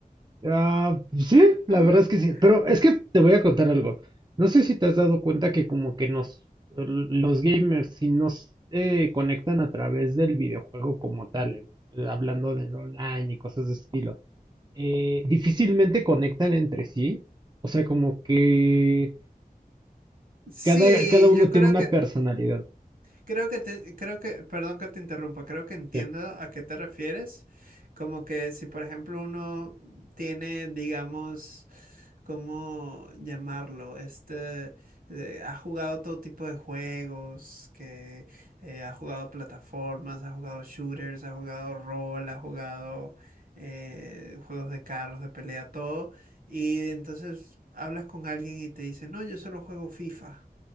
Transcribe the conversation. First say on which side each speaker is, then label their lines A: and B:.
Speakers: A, on the right; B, on the right.
A: Ah, sí,
B: <laughs>
A: la verdad es que sí. Pero es que te voy a contar algo. No sé si te has dado cuenta que como que nos, los gamers, si nos eh, conectan a través del videojuego como tal, en- hablando del online y cosas de ese estilo. eh, difícilmente conectan entre sí. O sea, como que
B: Sí,
A: cada, cada uno
B: yo creo
A: tiene una
B: que
A: personalidad.
B: creo que te- creo que perdón que te interrumpa, creo que entiendo
A: Sí.
B: a qué te refieres. Como que si por ejemplo uno tiene, digamos, ¿cómo llamarlo? Este eh, ha jugado todo tipo de juegos, que eh, ha jugado plataformas, ha jugado shooters, ha jugado rol, ha jugado eh, juegos de carros, de pelea, todo. Y entonces hablas con alguien y te dice, no, yo solo juego FIFA.